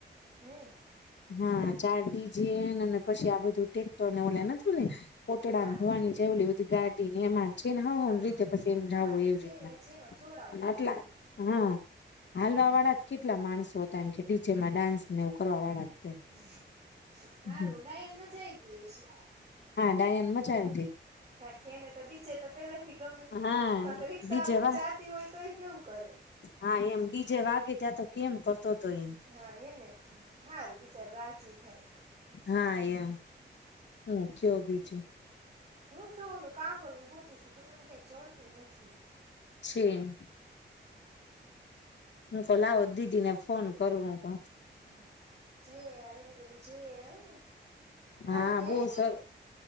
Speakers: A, on the right; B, on the left.
A: હમ.
B: હા, ચાર ડી જે ન ને પછી આ બધું ટેક્ટર ને, ઓલ્યા નથી ઓલી કોટડાને
A: હા
B: ભવાની જેવલી બધી ગાડી ને એમાં છે ને હૌ
A: હા
B: હૌ ની
A: હા
B: રીતે પછી એમ
A: હા
B: જાવું હો, એ
A: જે
B: રીતના
A: જેમાં જોડાવવું હોય
B: આટલા,
A: એમને
B: હા હાલવાવાળા જ કેટલા માણસો હતા <unintelligible> કે ડી જે માં ડાન્સ ને એવું કરવા વાળા તે
A: હ હારૂ,
B: હમ
A: ડાયાન મઝા આઈ ગઈ હશે.
B: ડાયાન મઝા આવી ગઈ.
A: કારણ કે એને તો ડી જે તો પેલાથી ગમે,
B: હા
A: કાંક રીક્ષા
B: ડીજે
A: કોક
B: વાગ
A: જાતી હોય તો એ કેવું કરે
B: હા એમ ડીજે વાગે ત્યાં તો કેમ કરતો હતો એ
A: હા, એને. હા બિચાર રાજી ય થાય.
B: હા, એમ હમ્મ કયો બીજું.
A: હું <unintelligible> નું કાં ગયું? ગોત ગોતું છું, પણ મને કાંઈ જડતું નથી.
B: છે. હું કો લાવો દીદીને ફોન કરું, હું કો.
A: હમ, જઈ આયવા, રેલી બેેલી જોઈ આયવા ઈમ ને!
B: હા.
A: આરતી
B: બો
A: આવી હતી
B: સર,